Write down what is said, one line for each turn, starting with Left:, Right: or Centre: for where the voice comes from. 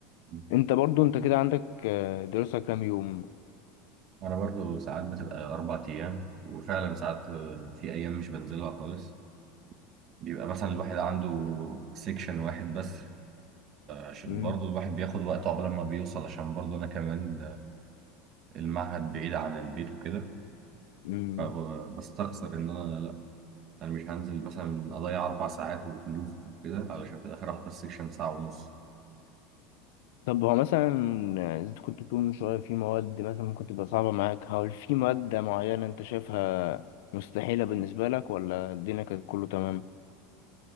Right: مم.
Left: انت برضو انت كده عندك آه، دراسه كام يوم
Right: انا برضو ساعات بتبقى اربع ايام وفعلا ساعات في ايام مش بنزلها خالص بيبقى مثلا الواحد عنده سيكشن واحد بس عشان
Left: مم.
Right: برضو الواحد بياخد وقت عقبال ما بيوصل عشان برضو انا كمان المعهد بعيد عن البيت وكده
Left: مم.
Right: فبستخسر ان انا لا انا مش هنزل مثلا اضيع اربع ساعات وفلوس وكده علشان في الاخر احضر سيكشن ساعه ونص
Left: طب هو مثلا آه، انت كنت بتقول من شويه في مواد مثلا ممكن تبقى صعبه معاك هل في ماده معينه انت شايفها مستحيله بالنسبه لك ولا الدنيا كانت كله تمام